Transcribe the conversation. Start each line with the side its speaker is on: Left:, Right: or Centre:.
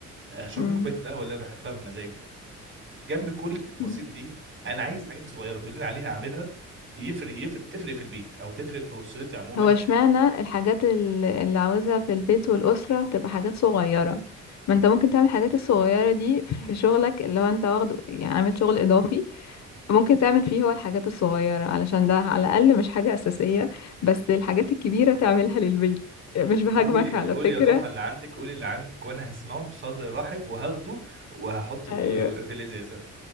Right: آه، اشرب
Left: مم.
Right: لي كوبايه القهوه اللي انا بحبها بمزاج جنب كل التفاصيل
Left: مم.
Right: دي انا عايز حاجات صغيره تقول لي عليها اعملها يفرق يفرق تفرق في البيت او تفرق في اسرتي عموما
Left: هو اشمعنى الحاجات ال- اللي عاوزها في البيت والأسرة تبقى حاجات صغيرة ما انت ممكن تعمل الحاجات الصغيرة دي في شغلك اللي هو انت واخده يعني عامل شغل إضافي ممكن تعمل فيه هو الحاجات الصغيرة علشان ده على الأقل مش حاجة أساسية بس الحاجات الكبيرة تعملها للبيت مش بهاجمك
Right: قولي
Left: على
Right: قولي
Left: فكرة
Right: يا ضحى اللي عندك قولي اللي عندك وانا هسمعه بصدر رحب وهاخده وهحطه
Left: ايوه
Right: في في الازازه